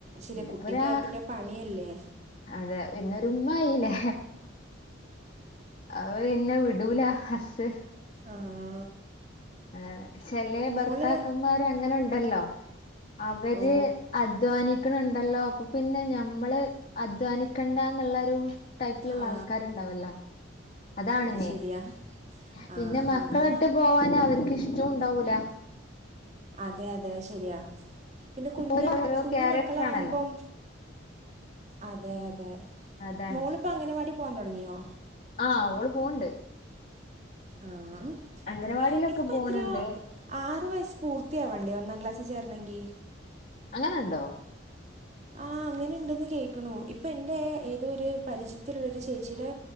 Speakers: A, on the right; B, on the left.
A: ശരിയ
B: പിന്നെപ്പൊരാ
A: കുട്ടിയോകെ ആയ പിന്നെ പണിയല്ലേ
B: അതെ പിന്നരു ഉമ്മ ആയില്ലെ അവ എന്നെ വിടുല്ല ഹസ്സ്
A: ആഹ്
B: അതാണ് ചെല
A: മോള്
B: ഭർത്താക്കന്മാര അങ്ങനെ ഉണ്ടല്ലോ അവര്
A: ഓ
B: അധ്വാനിക്കണണ്ടല്ലോ അപ്പൊ പിന്നെ ഞമ്മള് അധ്വാനിക്കണ്ടന്നുള്ളരു ടൈപ്പിലുള്ള
A: ആ
B: ആൾക്കാരുണ്ടാവല്ലോ അതാണ്
A: അത്
B: മെയിൻ
A: ശരിയാ
B: പിന്നെ
A: ആ
B: മക്കളെയിട്ട്
A: ഹാ ഹാ
B: പോവാന് അവർക്ക് ഇഷ്ടം ഉണ്ടാവൂല
A: അതെ അതെ ശെരിയാ പിന്നെ കുഞ്ഞി
B: ഓരോരോ
A: കുഞ്ഞ്
B: ക്യാരക്ടർ
A: മക്കളാവുമ്പം
B: ആണല്ലോ
A: അതെ അതെ
B: അതാണ്
A: മോളിപ്പോ അംഗനവാടി പോകൻ തുടങ്ങിയോ
B: ആഹ് ഓള് പോണ്ട്
A: ആഹ്
B: അംഗനവാടിയിലൊക്കെ
A: ഇപ്പോ
B: പോണണ്ട്
A: എത്രയാ ആറ് വയസ്സ് പൂർത്തിയാവണ്ടേ ഒന്നാം ക്ലാസ്സിൽ ചേരണെങ്കിൽ
B: അങ്ങനെ ഉണ്ടോ
A: ആഹ് അങ്ങനെ ഉണ്ടെന്ന് കേൾക്കണു ഇപ്പൊ എൻറെ ഏതോ ഒരു പരിചയത്തിലുള്ള ഒരു ചേച്ചിയുടെ